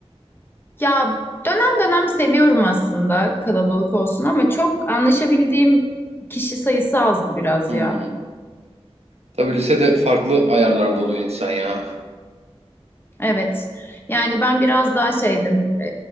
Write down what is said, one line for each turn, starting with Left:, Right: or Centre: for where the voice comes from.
Left: Ya dönem dönem seviyorum aslında kalabalık olsun ama çok anlaşabildiğim kişi sayısı azdı biraz
Right: Hmm.
Left: ya.
Right: Tabii lisede farklı ayarlarda oluyor insan ya.
Left: Evet. Yani ben biraz daha şeydim. e,